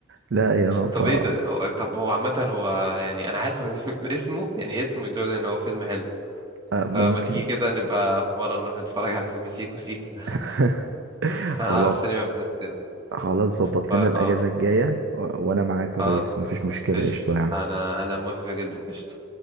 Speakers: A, on the right; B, on the right.
A: لا هي نقطه
B: طب ايه ده هو- طب هو عامة هو يعني انا حاسس ان <laughs> اسمه يعني اسمه يدل ان هو فيلم حلو
A: آه، ممكن
B: فما تيجي كده نبقى في مرة نروح نتفرج على فيلم سيكو سيكو ده
A: <laughs>
B: <laughs>
A: خلاص
B: انا اعرف سينما بتنزل
A: خلاص ظبط
B: ف- اه
A: لنا الاجازه الجايه و... وانا معاك يا
B: خلاص
A: ريس مفيش مشكله
B: قشط
A: قشطه يعني
B: انا انا موافق جدا قشط